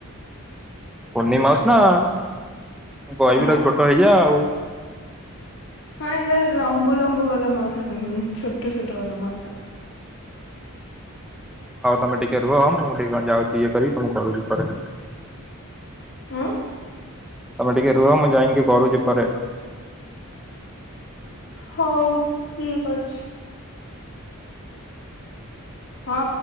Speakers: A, in the centre; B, on the left (about 60°).
A: କୁନି ମାଉସ ନା ମୁଁ କହିବି
B: ହଁ
A: ତାକୁ ଛୋଟ ହେଇଯା ଆଉ।
B: ହଁ ଏଇ ଲମ୍ବୁ ଲମ୍ବୁ ବାଲା ମାଉସ ଆଣିବନି ଛୋଟ ଛୋଟ ବାଲା ମାଉସ ଆଣିବ।
A: ଆଉ ତମେ ଟିକେ ରୁହ ମୁଁ ଟିକେ ଯାଉଚି ଇଏ କରିବି ତମକୁ ମୁଁ କରୁଚି ପରେ।
B: ଉଁ।
A: ତମେ ଟିକେ ରୁହ ମୁଁ ଯାଇକି କରୁଚି ପରେ।
B: ହୋଉ ଠିକ ଅଛି। ହଁ।